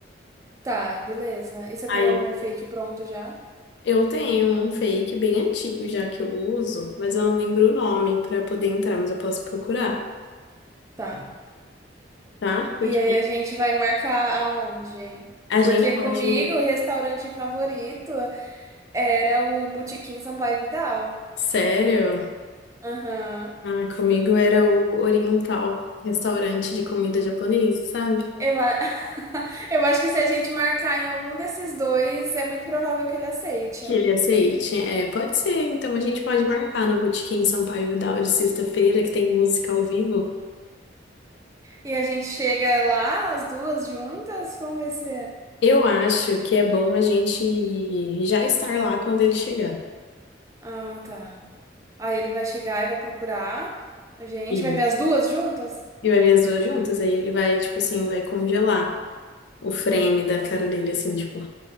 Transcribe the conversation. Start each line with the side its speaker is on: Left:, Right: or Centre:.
Right: Tá, beleza. E você
Left: Aí
Right: tem algum fake pronto já?
Left: Eu tenho um fake bem antigo já que eu uso, mas eu não lembro o nome para poder entrar, mas eu posso procurar,
Right: Tá.
Left: tá? Porque
Right: E aí a gente vai marcar aonde?
Left: a
Right: Porque
Left: gente pode.
Right: comigo, o restaurante favorito. Era o Botequim Sampaio Vidal.
Left: Sério?
Right: Aham.
Left: Ah, comigo era o Oriental, restaurante de comida japonesa, sabe?
Right: Eu, a- <laughs> Eu acho que se a gente marcar em algum desses dois, é muito provável que ele aceite.
Left: Que ele aceite. É, pode ser, então a gente pode marcar no Botequim Sampaio Vidal de sexta-feira, que tem música ao vivo.
Right: E a gente chega lá, as duas juntas, como vai ser?
Left: Eu acho que é bom a gente já estar lá quando ele chegar.
Right: Ah, tá. Aí ele vai chegar e vai procurar. A gente
Left: Isso.
Right: vai ver as duas juntas?
Left: E vai ver as duas juntas, aí ele vai, tipo assim, vai congelar. o frame da cara dele, assim, tipo,